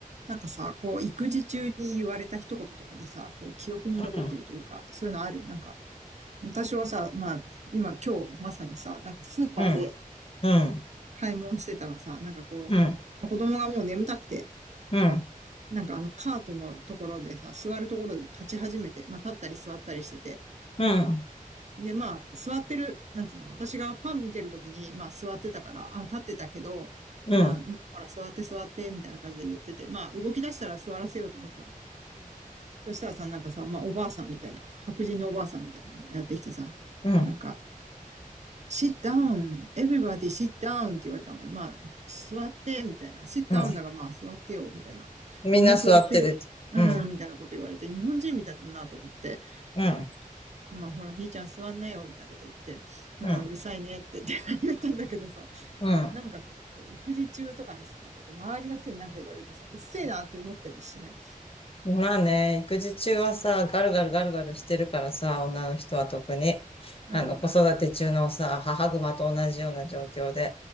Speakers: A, on the right; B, on the left.
A: なんかさ、こう、育児中に言われた一言とかでさ、こう、記憶に残ってるというか、
B: うん、
A: そういうのあるなんか、私はさ、まあ、今、今日、まさにさ、なんかスーパーで
B: うん、うん、
A: 買い物してたらさ、なんかこう、
B: うん、
A: 子供がもう眠たくて、
B: うん、
A: なんかあの、カートのところでさ、座るところで立ち始めて、まあ、立ったり座ったりしてて、
B: うん、うん、
A: で、まあ、座ってる、なんつうの、私がパン見てる時に、まあ、座ってたから、あ、立ってたけど、
B: うん、
A: まあ、ほら、座って座って、みたいな感じで言ってて、まあ、動き出したら座らせようと思ってたの。そしたらさ、なんかさ、まあ、おばあさんみたいな、白人のおばあさんみたいなのやってきてさ、
B: うん、
A: なんか、sit down, everybody sit down って言われたのね。まあ、座って、みたいな。sit
B: うん。
A: down だからまあ、座ってよ、みたいな。
B: みんな座ってる。
A: みんな座ってる。うん、
B: うん、
A: みたいなこと言われて、日本人みたいだなと思って、
B: うん、
A: まあ、ほら、ひーちゃん座んなよ、みたいなこと言って、うん、
B: うん、
A: うるさいねって言って言ったんだけどさ、
B: うん。
A: なんかさ、こう育児中とかにさ、なんかこう、周りの人になんか言われてさ、うっせえなって思ったりしない
B: まあね、育児中はさ、ガルガルガルガルしてるからさ、女の人は特に、
A: うん、
B: あの、子育て中のさ、母熊と同じような状況で。